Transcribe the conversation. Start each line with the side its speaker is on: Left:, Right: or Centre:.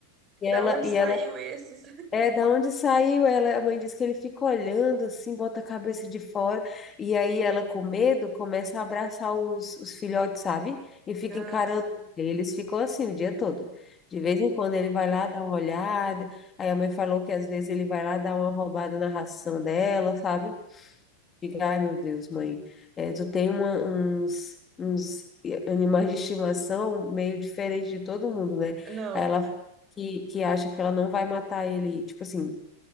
Left: E
Right: Da
Left: ela
Right: onde
Left: e
Right: saiu
Left: ela
Right: esses?
Left: é, da onde saiu ela? A mãe disse que ele fica olhando assim, bota a cabeça de fora, e aí ela, com medo, começa a abraçar os, os filhotes, sabe? E fica
Right: Ah,
Left: encarando.
Right: sim.
Left: ele. Eles ficam assim o dia todo. De vez em quando ele vai lá dar uma olhada, aí a mãe falou que às vezes ele vai lá dar uma roubada na ração dela, sabe? Fica, ai meu Deus, mãe, é, tu tem uma- uns, uns animais de estimação meio diferente de todo mundo, né?
Right: não.
Left: Aí ela que, que acha que ela não vai matar ele, tipo assim